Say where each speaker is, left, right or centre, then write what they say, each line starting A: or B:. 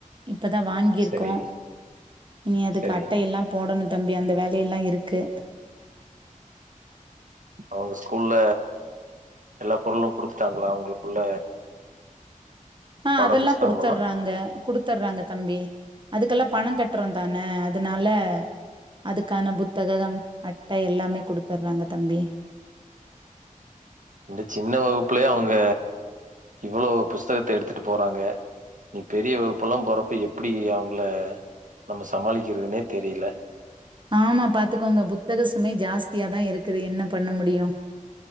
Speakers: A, on the right; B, on the right.
A: இப்பதா வாங்கிருக்கோ
B: சரி
A: இனி அதுக்கு
B: சரி
A: அட்டையில்லா போடணு தம்பி அந்த வேலையெல்லா இருக்கு
B: அவங்க ஸ்கூல்ல எல்லா பொருளும குடுத்துட்டாங்ளா அவங்களுக்குள்ள
A: ஆ
B: பாட
A: அதெல்லா
B: புஸ்தகம்
A: குடுத்தர்றாங்க
B: எல்லாம்
A: குடுத்து த்துர்றாங்க தம்பி அதுக்கெல்லா பணோ கட்றோ தான அதனால அதுக்கான புத்தகம் அட்ட எல்லாமே குடுத்துட்றாங்க தம்பி
B: இந்த சின்ன வகுப்புலே அவங்க இவ்ளோ புஸ் புத்தகத்த எடுத்துட்டு போறாங்க நீ பெரிய வகுப்புலா போறப்ப எப்ப எப்டி அவங்கள நம்ம சமாளிக்கறதுனே தெரில
A: ஆமா பாத்துக்கோங்க புத்தக சுமை ஜாஸ்தியாதா இருக்குது என்ன பண்ண முடியு